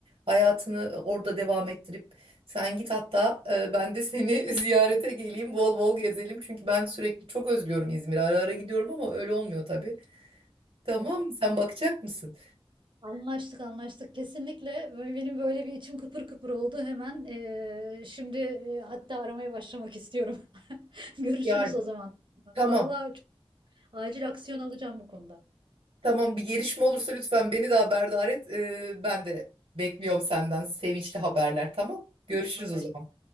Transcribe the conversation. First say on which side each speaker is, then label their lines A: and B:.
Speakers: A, on the right (about 75°); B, on the right (about 55°).
A: Hayatını orada devam ettirip sen git hatta e, ben de seni <laughs> ziyarete geleyim, bol bol gezelim. Çünkü ben sürekli çok özlüyorum İzmir'i. Ara ara gidiyorum ama öyle olmuyor tabii. Tamam,
B: Evet.
A: sen bakacak mısın?
B: Anlaştık anlaştık kesinlikle. Ve Benim böyle bir içim kıpır kıpır oldu hemen. eee, şimdi eee, hatta aramaya başlamak istiyorum. <laughs> Görüşürüz
A: Yani
B: o zaman.
A: tamam.
B: Vallahi çok acil aksiyon alacağım bu konuda.
A: Tamam bir gelişme olursa lütfen beni de haberdar et. E, ben de bekliyorum senden sevinçli haberler tamam. Görüşürüz
B: Anlaştık.
A: o zaman.